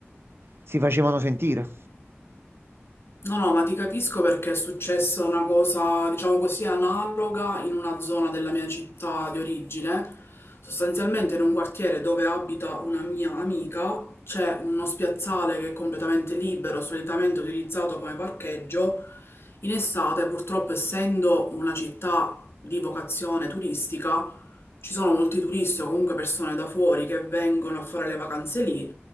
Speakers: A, on the right; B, on the left.
A: si facevano sentire.
B: No, no, ma ti capisco perché è successa una cosa, diciamo così, analoga in una zona della mia città di origine. Sostanzialmente in un quartiere dove abita una mia amica c'è uno spiazzale che è completamente libero, solitamente utilizzato come parcheggio. In estate, purtroppo, essendo una città di vocazione turistica, ci sono molti turisti o comunque persone da fuori che vengono a fare le vacanze lì